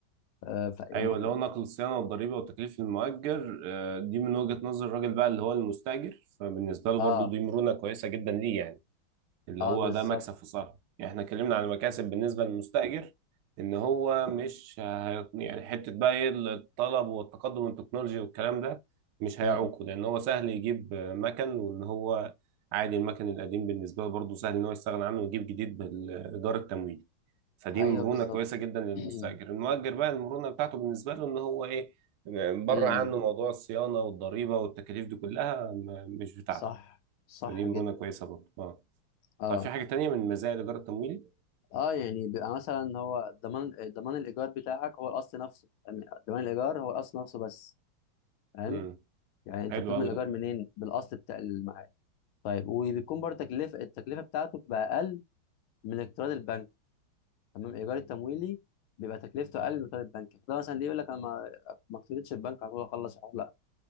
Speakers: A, on the left; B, on the right.
A: آه ف... الم-
B: ايوه اللي هو نقل الصيانه والضريبه وتكليف المؤجر آه، دي من وجهه نظر الراجل بقى اللي هو المستاجر فبالنسبه له
A: آه
B: برضو دي مرونه كويسه جدا ليه يعني اللي
A: آه
B: هو
A: بالظبط
B: ده مكسب في صالحه يعني احنا اتكلمنا عن المكاسب بالنسبه للمستاجر ان هو مش هي... يعني حته بقى ايه الطلب والتقدم والتكنولوجي والكلام ده مش
A: مم.
B: هيعوقه لان هو سهل يجيب مكن وان هو عادي المكن القديم بالنسبه له برضه سهل ان هو يستغنى عنه ويجيب جديد بالايجار التمويلي فدي
A: أيوه
B: مرونه
A: بالظبط
B: كويسه
A: كده
B: جدا للمستاجر
A: <clears throat> مم،
B: المؤجر بقى المرونه بتاعته بالنسبه له ان هو ايه بره
A: مم.
B: عنه موضوع الصيانه والضريبه والتكاليف دي كلها م- مش بتاعته
A: صح صح
B: فدي مرونه
A: جدا
B: كويسه برضه اه
A: اه
B: طب في حاجة تانية من مزايا الإيجار التمويلي؟
A: اه يعني بيبقى مثلا هو ضمان ضمان الايجار بتاعك هو الاصل نفسه يعني ضمان الايجار هو الاصل نفسه بس فاهم
B: امم
A: يعني انت
B: حلو
A: بتضمن
B: أوي
A: الايجار
B: ده
A: منين بالاصل بتاع المعاد طيب وبيكون برضه تكلفه التكلفه بتاعته بتبقى اقل من الاقتراض البنكي تمام الايجار التمويلي بيبقى تكلفته اقل من الاقتراض البنكي فده مثلا ليه يقول لك انا ما ما اقترضتش البنك على طول اخلص الحوار لا